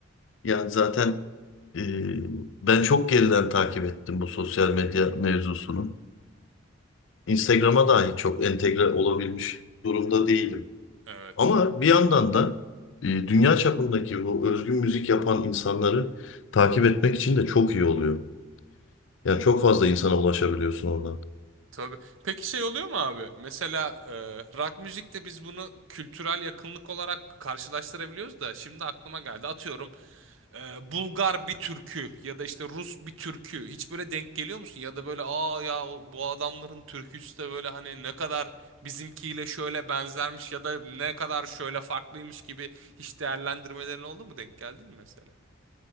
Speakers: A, on the left (about 65°); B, on the right (about 70°).
A: Yani zaten e, ben çok geriden takip ettim bu sosyal medya mevzusunu. Instagram'a dahi çok entegre olabilmiş durumda değilim.
B: Evet.
A: Ama bir yandan da e, dünya çapındaki bu özgün müzik yapan insanları takip etmek için de çok iyi oluyor. Yani çok fazla insana ulaşabiliyorsun oradan.
B: Tabii. Peki şey oluyor mu abi? Mesela e, rock müzikte biz bunu kültürel yakınlık olarak karşılaştırabiliyoruz da şimdi aklıma geldi. Atıyorum e, Bulgar bir türkü ya da işte Rus bir türkü. Hiç böyle denk geliyor musun? Ya da böyle aa ya o- bu adamların türküsü de böyle hani ne kadar bizimkiyle şöyle benzermiş ya da ne kadar şöyle farklıymış gibi hiç değerlendirmelerin oldu mu? Denk geldin mi mesela?